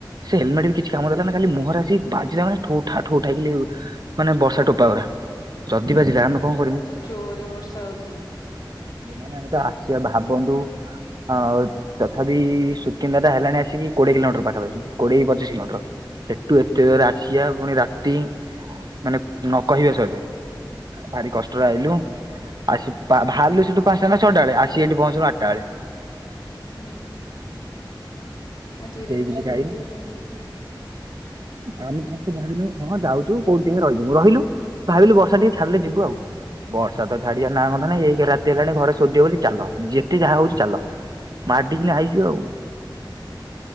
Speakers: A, on the right; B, on the left.
A: ସେ ହେଲମେଟ ବି କିଛି କାମ ଦେଲାନି ଖାଲି ମୁହଁରେ ଆସି ବାଜିଲା ମାନେ ଠୋ ଠା ଖାଲି ମାନେ ବର୍ଷା ଟୋପାଉରା। ଆମେ ଯଦି ବାଜିଲା କଣ
B: ପୁରା
A: କରିବୁ
B: ତ ଜୋରରେ ବର୍ଷା ହଉଥିଲା।
A: ମାନେ
B: ହୁଁ
A: ଆମେ ତ ଆସିବା ଭାବନ୍ତୁ ହଁ ଆଉ ତଥାପି ସୁକିନ୍ଦାଟା ହେଲାଣି ଆସିକି କୋଡିଏ କିଲୋମିଟର ପାଖାପାଖି। କୋଡିଏ କି ପଚିଶ କିଲୋମିଟର। ସେଠୁ ଏତେ ଜୋରେ ଆସି ଅଖିଆ
B: ହଁ
A: ପୁଣି ରାତି ମାନେ ନ କହିବା ସହିଲେ ଭାରି କଷ୍ଟ। ଆଇଲୁଆସି ବାହାରିଲୁ ସେଠୁ ପାଞ୍ଚଟା ଛଟା ବେଳେ ଆସିିକି ଏଠି ପହଞ୍ଚିଲୁ ଆଟାବେଳେ।
B: ହୁଁ ଧୀରେ
A: କେହି
B: ଧୀରେ
A: କିଛି
B: ଯାହା
A: ଖାଇନୁ
B: ବି ହେଲେ ଆସିବ।
A: ଆମେ ତା ଭାବିନୁ ହଁ ଯାଉଛୁକୋଉଠି ରହିଯିବୁ ରହିଲୁ ଭାବିଲୁ ବର୍ଷା ଟିକେ ଛାଡିଲେ ଯିବୁ
B: ହୁଁ
A: ଆଉ। ବର୍ଷା ତଛାଡିବା ନାଁ ଗନ୍ଧ ନାଇଁ ଏକେରେ ରାତି ହେଲାଣି ଘରେ ସୋଧିବ ବୋଲି ଚାଲ ଯେତେ ଯାହା ହଉଛି ଚାଲ। ମାଡ଼ି କିନା ଆଇଚୁ ଆଉ।